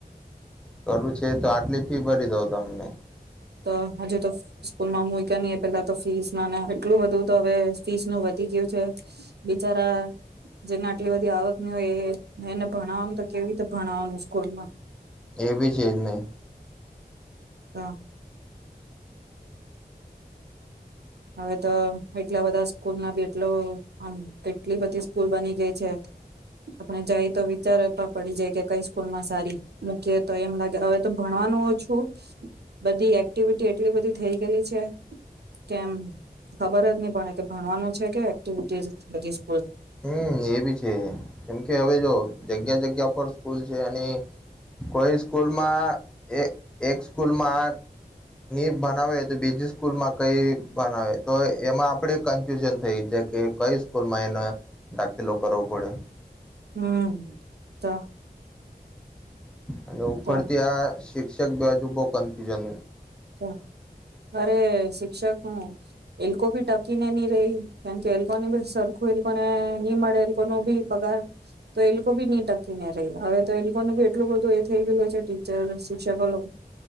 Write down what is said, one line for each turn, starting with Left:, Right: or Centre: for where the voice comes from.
Centre: કરવું છે તો આટલી ફી ભરી દો તમને.
Right: તો હજુ તો સ્કૂલમાં મુઇકે નહીં એ પૈલા તો ફીસ ના ના એટલું બધું તો હવે ફીસ નું વ <unintelligible> જેવું છે. બિચારા જેના આટલી બધી આવક ન એ ને એને ભણાવવાનું તો કેવી રીતે ભણાવવાનું સ્કૂલમાં.
Centre: એબી છેજને
Right: ત હવે તો એટલા બધા સ્કૂલ ના બી એટલો આમ કેટલી બધી સ્કૂલ બની ગઈ છે. આપણે જાય તો વિચાર પડી જાય કે કઈ સ્કૂલ માં સારી મૂકીએ તો એમ લાગે હવે તો ભણવાનું છું બધી એક્ટિવિટી એટલી બધી થઈ ગયેલી છે. તો કેમ ખબર જ નહી પણે કેમ ભણવાનું જ છે કે એક્ટિવિટજ <unintelligible>
Centre: હમ એ બી છે કેમ કે હવે જો જગ્યા જગ્યા પર સ્કૂલ છે, અને કોઈ સ્કૂલમાં એ એક સ્કૂલમાં ની ભનાવે તો બીજી સ્કૂલમાં કઈ બનાવે તો એમાં આપણેે કન્ફ્યુઝન થઈ જાય કે કઈ સ્કૂલમાં એને દાખીલો કરવો પડે.
Right: હમ તો
Centre: અને ઉપરથી
Right: તો
Centre: આ શી <unintelligible> હજુ બો કન્ફ્યુન
Right: ત અરે શિક્ષક હું એ લોકો ભી ટકી ને ની રેય કેમ કે એ લોકોને બી સરખું એ લોકોને નહી મળે એ લોકો ન બી પગાર તો એ લોકો ભી નહી ટકી ને રેય. હવે તો એ લોકોનું બી એટલું બધું એ થઈ ગયું છે ટીચર શિક્ષકો લો